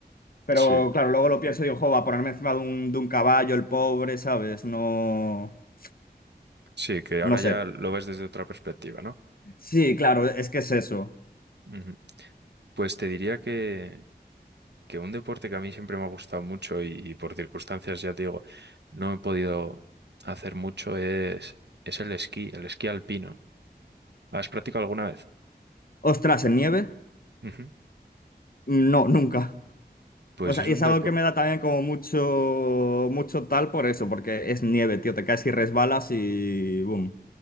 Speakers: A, on the left (about 60°); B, on the right (about 80°).
A: Pero,
B: Sí,
A: claro, luego lo pienso y digo, jo, va a ponerme encima de un, de un caballo, el pobre, ¿sabes? No...
B: sí, que ahora
A: No
B: ya
A: sé.
B: lo ves desde otra perspectiva, ¿no?
A: Sí, claro, es que es eso.
B: Ujú. Pues te diría que que un deporte que a mí siempre me ha gustado mucho y, y por circunstancias, ya te digo, no he podido hacer mucho es, es el esquí, el esquí alpino. ¿Has practicado alguna vez?
A: Ostras, ¿en nieve?
B: Ujú.
A: No, nunca.
B: Pues
A: O sea,
B: es un
A: y es
B: deporte...
A: algo que me da también como mucho, mucho tal por eso, porque es nieve, tío, te caes y resbalas y boom.